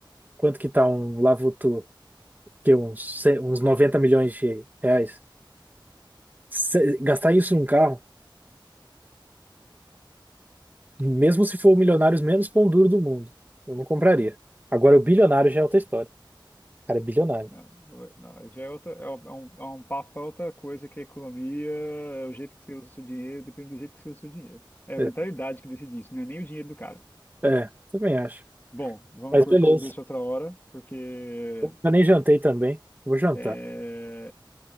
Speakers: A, on the right; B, on the left.
A: quanto que tá um Lavoto, que é uns, ce- uns 90 milhões de reais. Se- gastar isso num carro, mesmo se for o milionário menos pão duro do mundo, eu não compraria. Agora, o bilionário já é outra história. O cara é bilionário.
B: Não, não, aí já é outra, é um, é um é um papo pra outra coisa que a economia, é o jeito que você usa o seu dinheiro, depende do jeito que você usa o seu dinheiro. É
A: É,
B: a mentalidade que decide isso, não é nem o dinheiro do cara.
A: é, também acho.
B: Bom, vamos
A: Mas
B: conversar
A: beleza.
B: sobre isso outra hora, porque
A: Eu nem jantei também. Vou jantar.
B: é